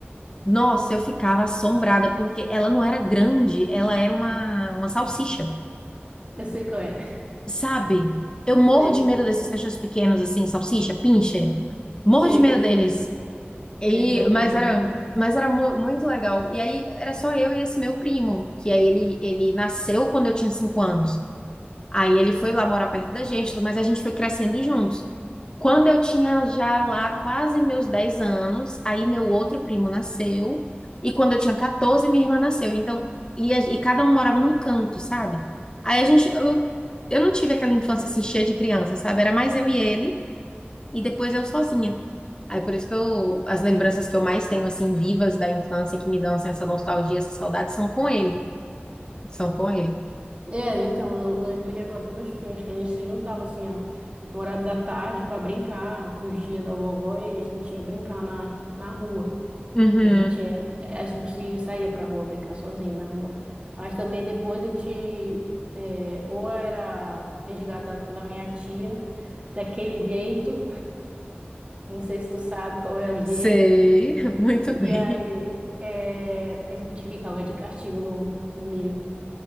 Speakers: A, on the left; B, on the right.
A: Nossa, eu ficava assombrada, porque ela não era grande, ela era uma, uma salsicha,
B: Eu sei qual é.
A: sabe? Eu morro
B: Sei,
A: de medo desses cachorros pequenos, assim, salsicha, pincher. Morro
B: sei,
A: de medo
B: eu sei.
A: deles. E,
B: Eles dão
A: mas
B: medo
A: era,
B: mesmo.
A: mas era mu- muito legal. E aí era só eu e esse meu primo, que aí ele, ele nasceu quando eu tinha cinco anos. Aí ele foi lá morar perto da gente, mas a gente foi crescendo juntos. Quando eu tinha já lá quase meus 10 anos, aí meu outro primo nasceu. E quando eu tinha 14, minha irmã nasceu. Então, e, a- e cada um morava num canto, sabe? Aí a gente, eu, eu não tive aquela infância assim cheia de criança, sabe? Era mais eu e ele e depois eu sozinha. Aí por isso que eu, as lembranças que eu mais tenho, assim, vivas da infância, que me dão assim, essa nostalgia, essa saudade, são com ele. São com ele.
B: É, então, eu, eu lembrei agora dos meus filhos, que a gente se juntava assim, ó, no horário da tarde para brincar, fugia da vovó e a gente ia brincar na, na rua.
A: Uhum,
B: A gente, é, é, a gente saía pra rua brincar sozinho na rua. Mas também depois a gente é, ou era resgatado pela minha tia, daquele jeito, não sei se tu sabe qual é o jeito,
A: sei, <laughs> muito
B: e
A: bem.
B: aí é, a gente ficava de castigo no, no milho.